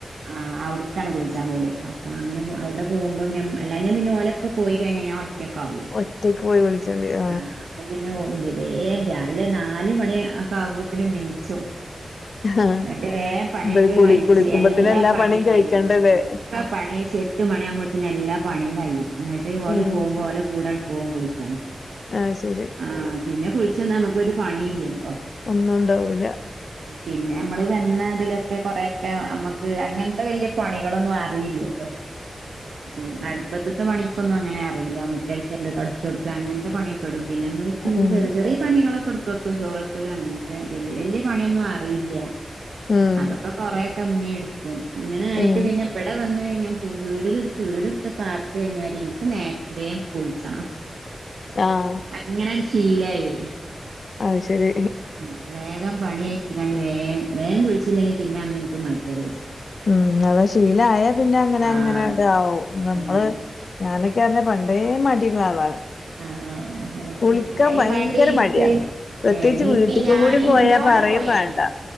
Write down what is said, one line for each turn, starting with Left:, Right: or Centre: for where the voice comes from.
Right: ആ അവിടുക്ക് ആണേ കുളിച്ചാൻ പോകല് അപ്പ അങ്ങനെ പൊ അവിടെ പോകുമ്പ ഞമ്മ എല്ലാഞ്ഞാ പിന്നെ ഓല് ഒക്കെ പോയി കഴിഞ്ഞാൽ ഞാൻ ഒറ്റ ഒറ്റയ്ക്കാവുവേ
Left: ഒറ്റയ്ക്ക് പോയി വിളിച്ചോണ്ട് വരാ
Right: ആ അപ്പ പിന്നെേ ഒ വേ രാവിലെ നാല് മണി ഒക്കെ ആകുമ്പത്തിനും നീച്ചും
Left: ആഹ്
Right: എന്നിട്ട് വേഗം പണി
Left: ഇത്
Right: ഒക്കെ
Left: കുളി
Right: കഴിച്ച്
Left: കുളിക്കുമ്പത്തിന്
Right: എല്ലാ പണിയും
Left: കഴിക്കണ്ടല്ലേ
Right: കഴിയും ഉം ഉം കാ പണി കയിച്ച് എട്ട് മണി ആവുമ്പത്തേന് എല്ലാ പണിയും കൈയും എന്നിട്ട് ഓല്
Left: ഉം
Right: പോകുമ്പോ ഓല കൂടെ പോകും കുളിക്കാന്
Left: അത് ശരി
Right: ആഹ് പിന്നെ കുളിച്ചി വന്നാ നമുക്ക് ഒരു പണി ഇല്ലല്ലോ
Left: ഒന്നും ഉണ്ടാവൂല
Right: പിന്നെ അമ്മള് വന്ന അതില് ഒക്കെ കൊറെയൊക്കെ അമ്മക്ക് അങ്ങനത്തെ വലിയ പണികള് ഒന്നും അറിയില്ലല്ലോ ഉം അടുപ്പത്ത്ത്തെ പണി ഇക്ക് ഒന്നും അങ്ങനെ അറിയില്ല മുറ്റടിച്ചരിൽ തൊടച്ച് കൊടുക്ക അങ്ങനെ പണി ഒക്കെ ഇടും പിന്നെ അമ്മള് ചെിയ
Left: ഉം
Right: ചെറിയ പണികള് ഒക്കെ എടു ഇപ്പപ്പം ചോറാക്കല് അങ്ങനത്തെ വെല്യ വെല്യ പണി ഒന്നും അറിയില്ല
Left: ഉം
Right: അത് ഒക്കെ കൊറെഒക്കെ ഇമ്മി എടുക്കും അങ്ങനെ ആയിട്ട്
Left: ഉം
Right: പിന്നെ ഇവടെ വന്ന് ഞാൻ വീടില് എടുത്ത് വീട് എട് ക്ക് പാർത്ത് കഴിഞ്ഞാലി എനിക്ക് നേരത്തേ കുളിച്ചണം
Left: ആഹ്
Right: അങ്ങനെട് ശീലായി
Left: അത് ശരി
Right: ഉം വേഗം പണി അയിച്ചി കൊണ്ട് വേഗ വേഗം കുളിച്ചി ഇല്ലെങ്കി പിന്നെ അന്ന് എനിക്ക് മടിയ കുളിച്ചാന്
Left: ഉം അപ്പ ശീലായ പിന്നെ അങ്ങനെ
Right: ആഹ്
Left: അങ്ങനെ ഇതാവോ
Right: അതന്നെ
Left: നമ്മള് ഞാന് ഒക്കെ അറിഞ്ഞ പണ്ടേ മടി ഇള്ള ആള് ആണ്
Right: ആഹ് ആഹ് എനിക്ക്
Left: കുളിക്കാൻ
Right: അയിന്
Left: ഭയങ്കര
Right: മാണ്ടി എനിക്ക്
Left: മടിയാ പ്രത്യേകിച്ച്
Right: ഏഹ് എനിക്ക്
Left: വീട്ടിക്ക്
Right: ഞാൻ
Left: കൂടി പോയാ
Right: ഇന്റോടെ
Left: പറയും
Right: പോയാ
Left: വേണ്ട
Right: അങ്ങനെ